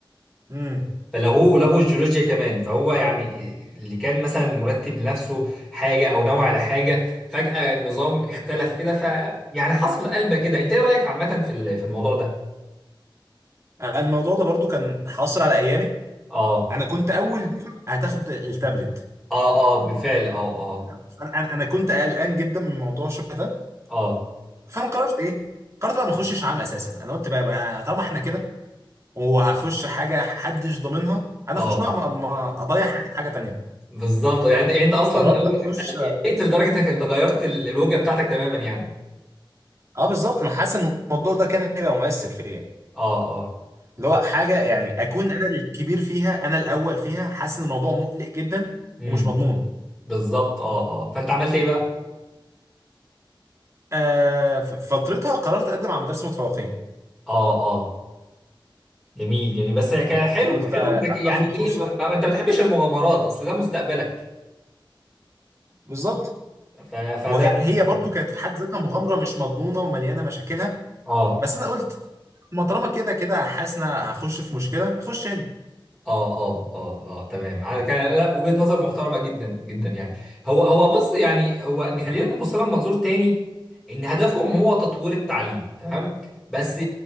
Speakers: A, on the right (about 35°); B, in the centre.
A: امم
B: فلغوه لغوا الجيولوجيا كمان فهو يعني اللي كان مثلا مرتب لنفسه حاجه او نوع على حاجه فجأة النظام اختلف كده ف يعني حصل قلبه كده انت ايه رأيك عامه في ال- في الموضوع ده
A: الموضوع ده برضه كان حاصل على ايامي
B: اه
A: انا كنت اول دفعه هتاخد التابلت
B: اه اه بالفعل اه اه
A: فانا انا أنا كنت قلقان جدا من موضوع شبه ده
B: اه
A: فانا قررت ايه قررت بقى ما اخشش عام اساسا انا قلت بقى, بقى طالما احنا كده وهخش حاجه محدش ضامنها انا
B: اه
A: اخش بقى ما ما اضيع حياتي في حاجه تانية
B: بالظبط يعني انت يعني انت اصلا
A: قررت اخش
B: قلت لدرجه انك غيرت ال- الوجهه بتاعتك تماما يعني
A: اه بالظبط انا حاسس ان الموضوع ده كان هيبقى مؤثر فيا
B: اه اه
A: اللي هو حاجه يعني اكون انا الكبير فيها انا الاول فيها حاسس ان الموضوع مقلق جدا
B: امم
A: ومش مضمون
B: بالظبط اه اه فانت عملت ايه بقى
A: آه ف- فترتها قررت اقدم على مدارس متفوقين
B: اه اه جميل جميل بس كان حلو
A: قلت
B: حلو
A: آه،
B: انك يعني
A: اخد فرصه
B: ايه ما ما- انت ما بتحبش المغامرات اصل ده مستقبلك
A: بالظبط
B: ف... فده
A: وهي
B: انسب
A: هي
B: فعلا
A: برضو كانت في حد ذاتها مغامره مش مضمونه ومليانه مشاكلها
B: اه
A: بس انا قلت ما طالما كده كده حاسس إن أنا هخش في مشكله هخش هنا
B: اه اه اه اه تمام على كان لا وجهة نظر محترمة جدا جدا يعني هو هو بص يعني هو إن خلينا نبص لها من منظور تاني ان هدفهم هو تطوير التعليم تمام بس